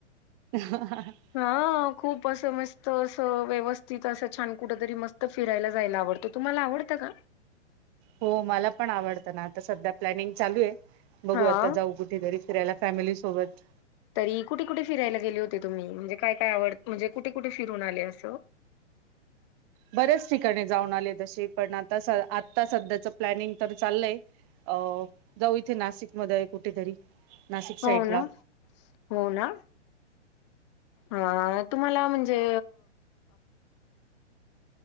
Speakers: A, on the right; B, on the left.
A: ह <unintelligible>
B: हा खूप असं मस्त असं व्यवस्थित असं छान कुठ तरी मस्त फिरायला जायला आवडत. ते तुम्हाला आवडतं का?
A: हो मला पण आवडतं ना आता सध्या प्लॅनिंग चालू आहे बघू
B: हा
A: आता जाऊ कुठेतरी. फिरायला फॅमिली सोबत.
B: तरी कुठे, कुठे फियला गेले होते तुम्ही? म्हणजे काय, काय आव म्हणजे कुठे, कुठे फिरून आले अस?
A: बऱ्याच ठिकाणी जाऊन आले तसे पण आता, आता सध्याच प्लॅनिंग तर चाललंय अ जाऊ इथे नाशिक आहे कुठेतरी. नाशिक साईडला
B: हो ना, हो ना. हा तुम्हाला म्हणजे